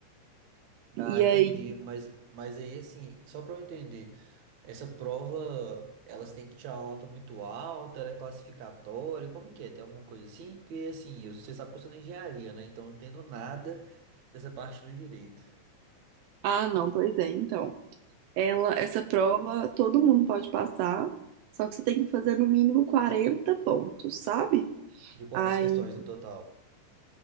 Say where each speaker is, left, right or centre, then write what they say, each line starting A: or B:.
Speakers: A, on the right; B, on the right.
A: Ah,
B: E
A: entendi.
B: aí,
A: Mas, mas aí, assim, só para eu entender, essa prova, elas têm que tirar uma nota muito alta, ela é classificatória, como que é? Tem alguma coisa assim? Porque, assim, eu- você sabe que eu sou da engenharia, né? Então, eu não entendo nada dessa parte do direito.
B: ah, não, pois é, então. Ela, essa prova todo mundo pode passar, só que você tem que fazer no mínimo 40 pontos, sabe?
A: De quantas
B: Aí
A: questões no total?